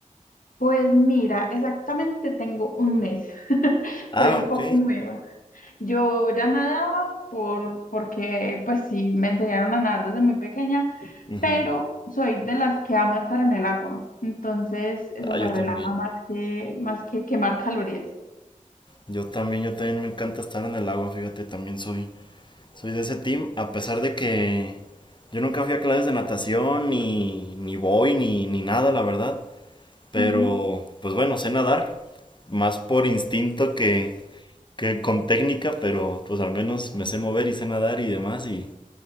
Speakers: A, on the left; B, on the left.
A: Pues mira, exactamente tengo un mes. <laughs>
B: Ah,
A: Soy un
B: ok.
A: poco nueva. Yo ya nadaba por, porque pues sí, me enseñaron a nadar desde muy pequeña,
B: Ujú.
A: pero soy de las que ama estar en el agua. Entonces eso
B: Ah,
A: me
B: yo
A: relaja
B: también.
A: más que, más que quemar calorías.
B: Yo también, yo también me encanta estar en el agua, fíjate, también soy, soy de ese team, a pesar de que yo nunca fui a clases de natación, ni, ni voy, ni, ni nada, la verdad. Pero,
A: Ujú,
B: pues bueno, sé nadar, más por instinto que, que con técnica, pero pues al menos me sé mover y sé nadar y demás, y,